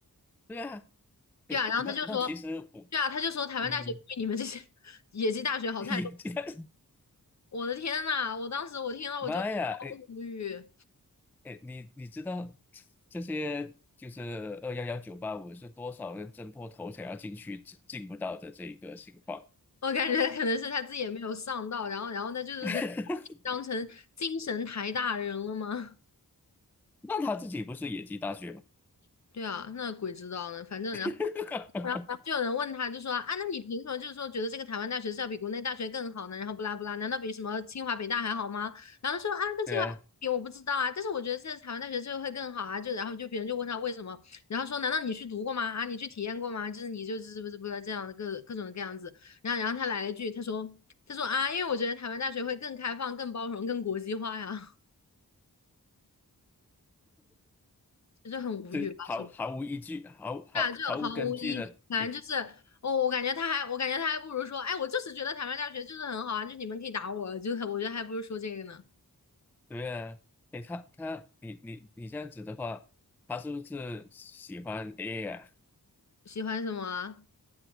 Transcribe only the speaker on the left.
对啊，然后他就说，
对啊，他就说台湾大学对你们这些
<laughs> 野鸡大学好太多，
我的天呐，我当时我听到我就超
无语，
我感觉可能是他自己也没有上到，然后然后他就是可能
当成精神台大人了吗？
<laughs> 对啊，那鬼知道呢，反正然后。
然后，然后就有人问他，就说啊，那你凭什么就是说觉得这个台湾大学是要比国内大学更好呢？然后不拉不拉，难道比什么清华北大还好吗？然后他说啊，跟清华比我不知道啊，
但是我觉得现在台湾大学这个会更好啊。就然后就别人就问他为什么，然后说难道你去读过吗？啊，你去体验过吗？就是你就是不是不是这样的各各种各样子。然后然后他来了一句，他说他说啊，因为我觉得台湾大学会更开放、更包容、更国际化呀，<laughs> 就是很无语吧，
是不是
啊，这毫无意义反正就是，
哦，我感觉他还，我感觉他还不如说，哎，我就是觉得台湾大学就是很好啊，就你们可以打我，就我觉得还不如说这个呢。
喜欢什么啊？